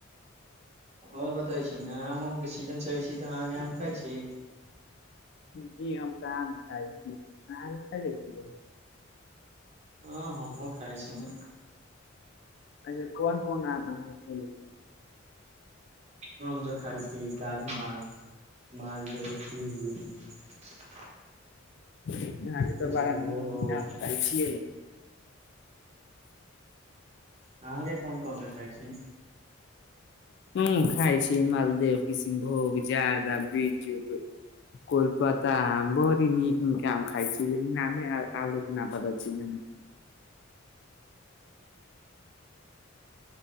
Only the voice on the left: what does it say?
जी हम तऽ आम खाइ छी आहा आम खेले छिए।
अच्छा कोन कोन आम अहां कऽ खेले
अहाँके तऽ
बड़ा नीक नीक आम खाइ छिए। <inaudible>
हम खाइ छी मालदेव किष्णभोग जारदा बीजु के कोलपता आम बहुत ही नीक नीक आम खाइ छी लेकिन नामे अ औरो के नाऽ पता छै ज़े। <inaudible>